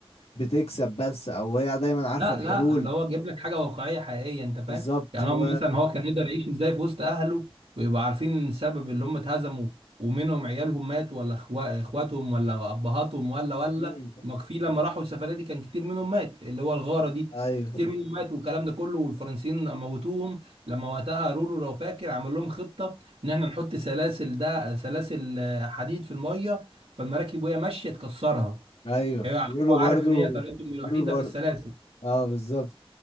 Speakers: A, on the left (about 75°); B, on the right (about 75°).
A: بتكسب بس او هي دايما عارفة
B: لا
A: الحلول
B: لا اللي هو جايب لك حاجه واقعيه حقيقيه انت فاهم
A: بالظبط
B: يعني
A: و
B: هو مثلا هو كان يقدر يعيش ازاي في وسط اهله ويبقى عارفين السبب اللي هم اتهزموا ومنهم عيالهم مات ولا إخوا- اخواتهم ولا ابهاتهم ولا ولا
A: مم.
B: ما في لما راحوا السفريه دي كان كتير منهم مات اللي هو الغاره دي
A: ايوه
B: كتير منهم مات والكلام ده كله والفرنسيين موتوهم لما وقتها رولو لو فاكر عمل لهم خطه ان احنا نحط سلاسل ده سلاسل آه، حديد في الميه فالمراكب وهي ماشيه تكسرها
A: ايوه
B: هي-
A: رولو
B: هو
A: برضو
B: عارف ان هي طريقتهم الوحيده
A: رولو برضو
B: في السلاسل
A: اه بالظبط